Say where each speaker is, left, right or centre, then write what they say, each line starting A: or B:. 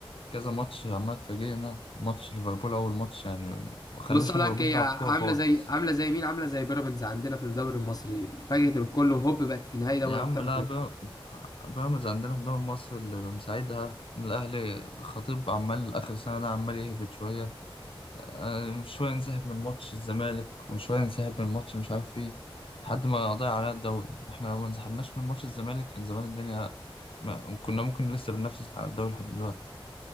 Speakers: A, on the left; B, on the left.
A: كذا ماتش عمال تفاجئنا وماتش ليفربول أول ماتش يعني ما خلوش
B: بص اقول
A: ليفربول
B: لك هي
A: تلعب
B: عامله
A: كورة خالص
B: زي عامله زي مين عامله زي بيراميدز عندنا في الدوري المصري فاجئت الكل وهوب بقت في نهائي دوري
A: يا عم
B: ابطال
A: لا
B: افريقيا
A: بير- بيراميدز عندنا في الدوري المصري اللي مساعدها إن الأهلي خطيب عمال آخر سنة ده عمال يهبط شوية آه، شوية نسحب من ماتش الزمالك وشوية نسحب من ماتش مش عارف إيه لحد ما ضيع علينا الدوري إحنا لو ما انسحبناش من ماتش الزمالك كان زمان الدنيا ما كنا ممكن لسه بننافس على الدوري لحد دلوقتي